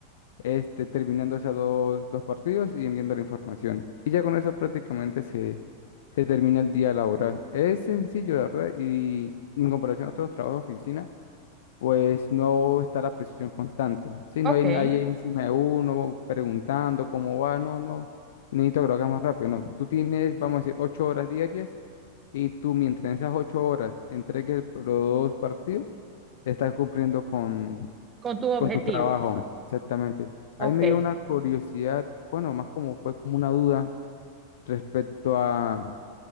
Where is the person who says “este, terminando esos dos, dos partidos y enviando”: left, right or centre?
Left